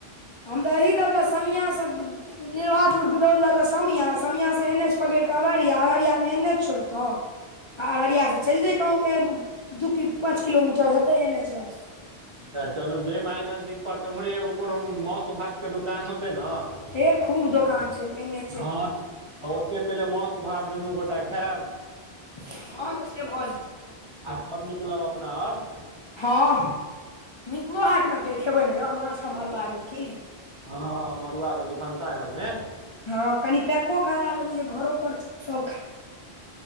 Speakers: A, on the left; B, on the right.
A: हम तऽ एही दऽ कऽ समियासँ। निभापुर बरौल दऽ कऽ समिया, समियासँ एन एच पकड़ कऽ अररिया, अररिया में एन एच छोड़ितहु। आ अररिया सँ चलि जैतहुँ, दू की पाँच किलोमीटर हेतै एन एच लग स।
B: च चलू जै माहे नजदीक पड़तै ओम्हरे एगो कोनो माउस- भात के दुकान होतै न।
A: हे खूब दोकान छै एन एचे
B: हां
A: पर
B: ओते पहिले मौस भात दुनू गोटा खैब।
A: हां तऽ से भऽ जेतै
B: आ तब निकलब अपना आर
A: हां मिथिलो हाटमे फेर खेबै नै यौ माछ आ मरूआ रोटी।
B: हां-हां मरुवा रोटी भनसा घरमे।
A: हां कनि पैको करा लेबै जे घरो पर सब खाए